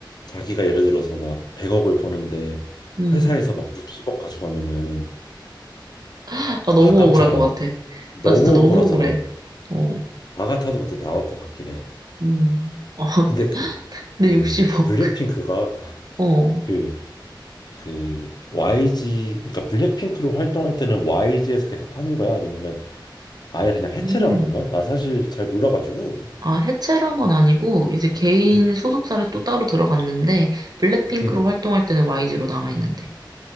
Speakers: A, on the left; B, on the right.
A: 자기가 예를 들어서 막 100억을 버는데
B: 음.
A: 회사에서 막 60억 가져가면은
B: 아, 너무
A: 아깝잖아.
B: 억울할 것 같아.
A: 너무
B: 나 진짜 너무
A: 억울하잖아.
B: 억울해. 어,
A: 나 같아도 근데 나올 것 같긴 해.
B: 음. 아,
A: 근데 그
B: <laughs> 내
A: 그
B: 60억.
A: 블랙핑크가
B: 어,
A: 그 그 YG 그러니까 블랙핑크로 활동할 때는 YG에서 계속 하는 거야? 아니면은 아예 그냥 해체를
B: 음.
A: 한 건가? 나 사실 잘 몰라가지고.
B: 아, 해체란 건 아니고, 이제 개인
A: 음.
B: 소속사를 또 따로 들어갔는데, 블랙핑크로
A: 음.
B: 활동할 때는 YG로 남아있는데.